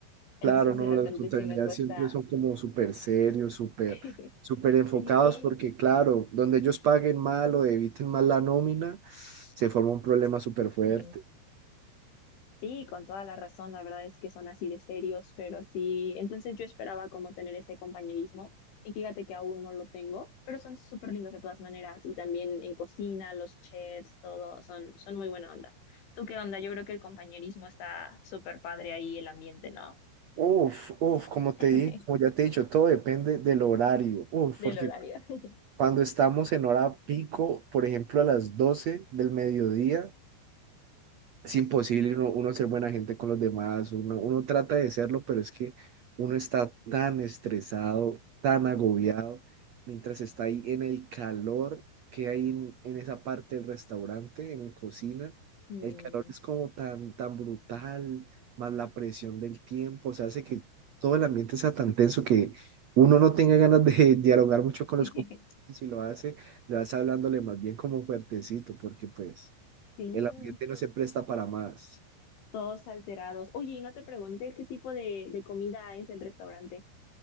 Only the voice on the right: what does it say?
Claro, no,
las contabilidades
siempre son como súper serios, súper,
súper enfocados,
porque claro, donde ellos paguen mal o eviten mal la nómina, se forma un problema súper fuerte.
Uf, uf, como te
di, como ya te he dicho, todo depende del horario. Uf,
porque
cuando estamos en hora pico, por ejemplo, a las 12 del mediodía, es imposible uno, uno ser buena gente con los demás, uno, uno trata de serlo, pero es que uno está tan estresado, tan agobiado, mientras está ahí en el calor que hay en, en esa parte del restaurante, en la cocina,
el calor es como tan, tan brutal, más la presión del tiempo, o sea, hace que todo el ambiente sea tan tenso que uno no tenga ganas de <laughs> dialogar mucho con
los compañeros, y si lo hace, le vas hablándole más bien como fuertecito, porque pues
el ambiente no se presta para más.